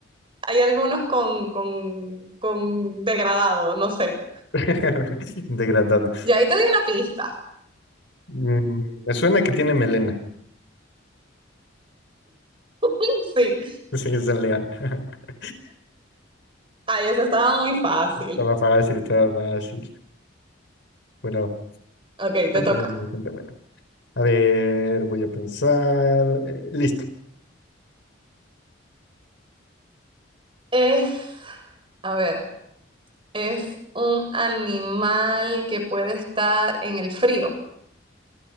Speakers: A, on the right; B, on the left.
A: hay algunos con, con, con degradado, no sé.
B: <laughs> Degradado.
A: Y ahí te di una pista.
B: Mm, Me suena que tiene melena. <laughs>
A: <laughs> Sí.
B: Sí, es un león. <laughs>
A: Ay, eso estaba muy fácil.
B: Estaba fácil, estaba fácil. Bueno,
A: Ok,
B: bastante
A: te toca.
B: bueno, bastante bueno. A ver, voy a pensar. Eh, listo.
A: Es, a ver, es un animal que puede estar en el frío.